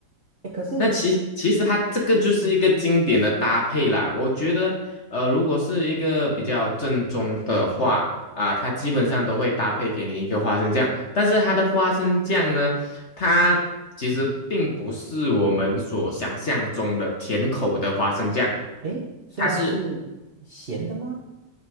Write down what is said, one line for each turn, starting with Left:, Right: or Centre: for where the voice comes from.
Right: 哎，可是
Left: 那其其实它这个就是一个经典的搭配啦。我觉得，呃，如果是一个比较正宗的话，啊、它基本上都会搭配给你一个花生酱。但是它的花生酱呢，它其实并不是我们所想象中的甜口的花生酱，
Right: 哎，诶所以它是咸的吗？
Left: 它是